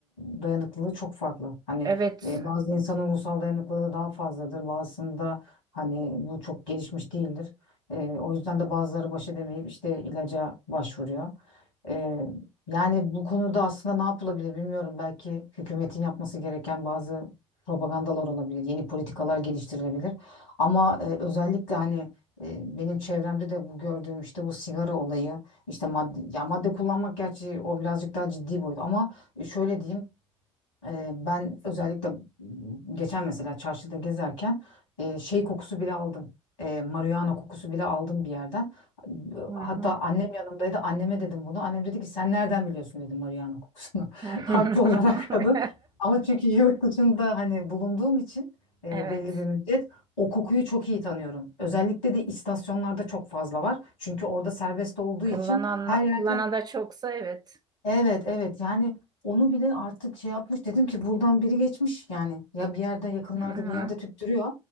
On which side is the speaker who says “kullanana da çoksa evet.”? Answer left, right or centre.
Right